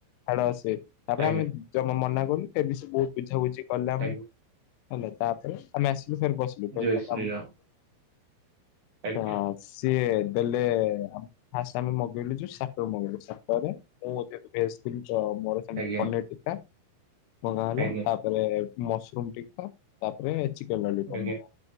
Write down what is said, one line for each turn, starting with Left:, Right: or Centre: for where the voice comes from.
Left: ଛାଡ ସେ ତାପରେ
Right: ଆଜ୍ଞା
Left: ଆମେ ଜମା ମନା କଲୁ ଫେରେ ବି ସେ ବହୁତ ବୁଝାବୁଝି କଲେ ଆମୁକୁ
Right: ଆଜ୍ଞା
Left: ହେଲେ ତାପରେ ଆମେ ଆସିଲୁ ଫେରେ ବସ୍ <unintelligible> ହଁ
Right: ଜୟ ଶ୍ରୀରାମ ଆଜ୍ଞା
Left: ହଁ। ସିଏ ଦେଲେ ଫାଷ୍ଟ ଆମେ ମଗେଇଲୁ ଯୋଉ ଷ୍ଟାଟର ମଗେଇଲୁ ଷ୍ଟାଟରରେ ମୁଁ ଯେହେତୁ ଭେଜ ଥିଲି ତ ମୋର ସେମତି
Right: ଆଜ୍ଞା
Left: ପନିର ଟିକ୍କା ମଙ୍ଗା ହେଲା
Right: ଆଜ୍ଞା
Left: ତା ପ ରେ ମସରୁମ ଟିକ୍କା ତାପରେ ଚିକେନ ଲଲିପପ
Right: ଆଜ୍ଞା
Left: ମଙ୍ଗା